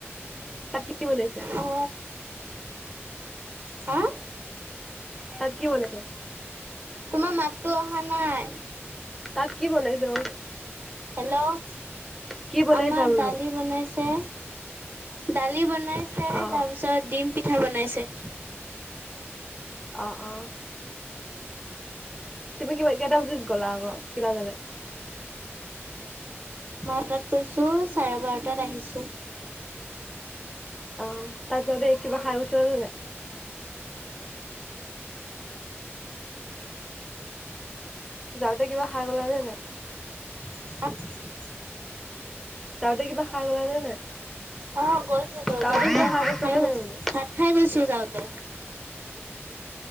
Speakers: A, in the centre; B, on the right.
A: তাত কি কি বনাইছে?
B: অ হা?
A: তাত কি বনাইছে?
B: তোমাৰ মাততো অহা নাই।
A: তাত কি বনাইছে কৈছো
B: হেল্ল'!
A: কি বনাইছা
B: আমাৰ
A: বোলো
B: দালি বনাইছে দালি বনাইছে
A: অ
B: তাৰপিছত ডিম পিঠা বনাইছে
A: অ অ। তুমি কিবা কেইটা বজাত গ'লা আকৌ ক্লাছলৈ?
B: বাৰটাত গৈছো চাৰে বাৰটাত আহিছো।
A: অহ তাত যাওঁতে কিবা খাই গৈছিলা নে নাই? যাওঁতে কিবা খাই গলা নে নাই?
B: <unintelligible>
A: যাওঁতে কিবা খাই গলা নে নাই,
B: অ গৈছিলো
A: যাওঁতে কিবা খাই
B: ভাত
A: গৈছিলা নে
B: গৈছো
A: নাই বোলো?
B: ভাত খাই গৈছো যাওঁতে।